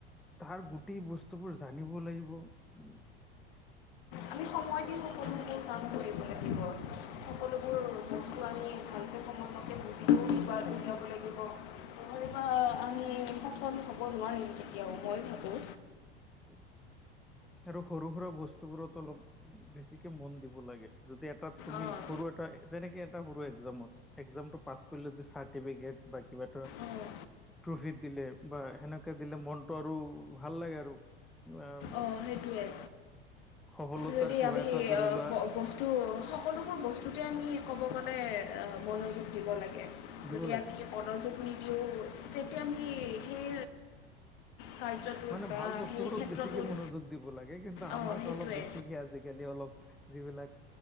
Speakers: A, in the centre; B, on the left.
A: তাৰ গোটেই বস্তুবোৰ জানিব লাগিব। উম,
B: আমি সময় দি সকলোবোৰ কাম কৰিব লাগিব। সকলোবোৰ বস্তু আমি ভালকৈ সময়মকে বুজিবও উলিয়াব লাগিব। নহলেবা আমি সফল হ'ব নোৱাৰিম কেতিয়াও মই ভাবোঁ।
A: <inaudible> আৰু সৰু সুৰা বস্তুবোৰত অলপ বেছিকে মন দিব লাগে যদি এটাত তুমি
B: অঁ
A: সৰু এটা যেনেকে এটা সৰু একজামত একজামটো পাছ কৰিলে যে চাৰ্টিফিকেট বা কিবা এটা
B: অঁ
A: ট্ৰফিত দিলে বা সেনেকে দিলে মনটো আৰু ভাল লাগে আৰু। আহ, ব-
B: অ' সেইটোৱে।
A: সফলতাৰ
B: যদি
A: কিবা
B: আমি
A: এটা ধৰি
B: আ
A: লোৱা
B: বস্তু সকলোবোৰ বস্তুতে আমি ক'ব গ'লে মনোযোগ দিব লাগে।
A: দিব
B: যদি
A: লাগে
B: আমি মনোযোগ তেন্তে আমি সেই কাৰ্যটোত
A: মানে
B: বা
A: ভাল বস্তুবোৰত
B: সেই ক্ষেত্ৰটোত
A: বেছিকে মনোযোগ দিব লাগে কিন্তু
B: অঁ
A: আমাক
B: সেইটোৱে
A: অলপ বেছিকে আজিকালি অলপ যিবিলাক